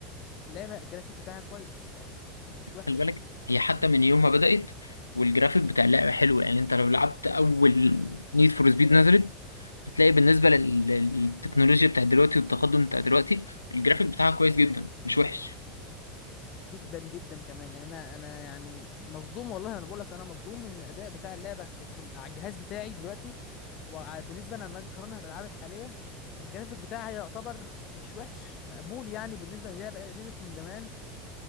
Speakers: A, on the left; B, on the left.
A: اللعبه الجرافيك بتاعها كويس مش وحش
B: خلي بالك هي حتى من يوم ما بدات والجرافيك بتاع اللعبه حلو يعني انت لو لعبت اول نيد فور سبيد نزلت هتلاقي بالنسبه لل- للتكنولوجيا بتاع دلوقتي والتقدم بتاع دلوقتي الجرافيك بتاعها كويس جدا مش وحش
A: جدا جدا كمان يعني انا انا يعني مصدوم والله انا بقول لك انا مصدوم من الاداء بتاع اللعبه في, في ال- على الجهاز بتاعي دلوقتي وبالنسبه لما اجي اقارنها بالالعاب الحاليه الجرافيك بتاعها يعتبر مش وحش مقبول يعني بالنسبه للعبه نزلت من زمان